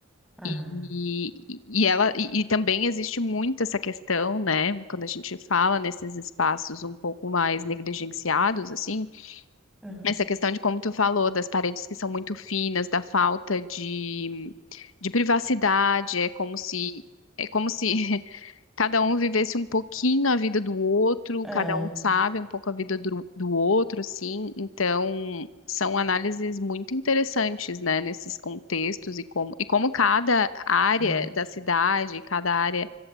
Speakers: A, in the centre; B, on the left.
A: aham,
B: E, e ela e, e também existe muito essa questão, né? Quando a gente fala nesses espaços um pouco mais negligenciados, assim,
A: aham,
B: essa questão de como tu falou, das paredes que são muito finas, da falta de, de privacidade, é como se é como se <laughs> cada um vivesse um pouquinho a vida do outro,
A: é,
B: cada um sabe um pouco a vida do, do outro, assim. Então, são análises muito interessantes, né, nesses contextos e como, e como cada área
A: é, é.
B: da cidade, cada área,